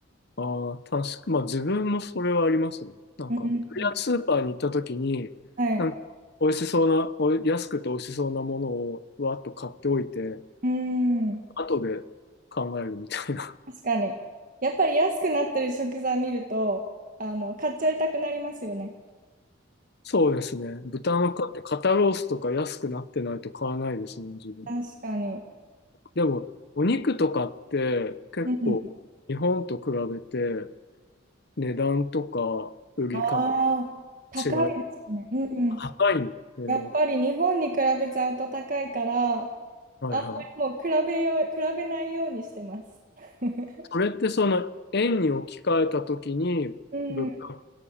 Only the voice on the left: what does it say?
あー、確か、まあ自分もそれはありますね。なんか、
とりあえずスーパーに行った時に、
なんか、美味しそうな、お安くて美味しそうなものをわーっと買っておいて、
後で考えるみたいな。
<laughs> そうですね。豚の買って肩ロースとか安くなってないと買わないですね、自分。
でも、お肉とかって結構日本と比べて
値段とか売り方
違い
高いんだ。へー
はいはい。
それってその円に置き換えたときに物価っ